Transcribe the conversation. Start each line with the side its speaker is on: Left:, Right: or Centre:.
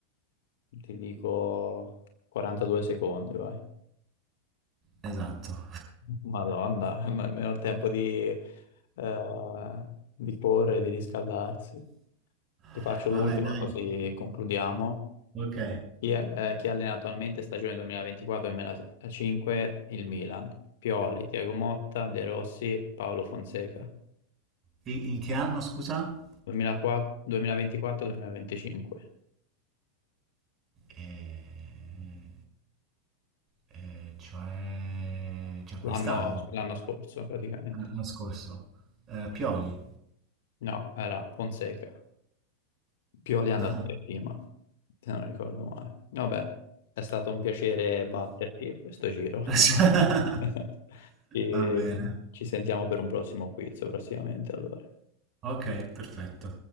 Left: ti dico, 42 secondi, vai.
Right: Esatto.
Left: Madonna, <laughs> nemmeno il tempo di, eh, di correre, di riscaldarsi. Ti
Right: <laughs>
Left: faccio l'ultima
Right: Vabbè, dai.
Left: così concludiamo.
Right: Ok.
Left: Chi, è- eh, chi allena attualmente stagione 2024-2025 il Milan? Pioli, Tiago Motta, De Rossi, Paolo Fonseca.
Right: In, in che anno, scusa?
Left: 2004 2024-2025,
Right: Eh, eh, cioè, cioè quest'anno,
Left: l'anno l'anno scorso praticamente.
Right: l'anno scorso. Eh, Pioli.
Left: No, era Fonseca. Pioli è andato
Right: Ah.
Left: via prima, se non ricordo male. Vabbè, è stato un piacere batterti questo giro.
Right: <laughs>
Left: <laughs> E
Right: Va bene.
Left: ci sentiamo per un prossimo quiz prossimamente, allora.
Right: Ok, perfetto.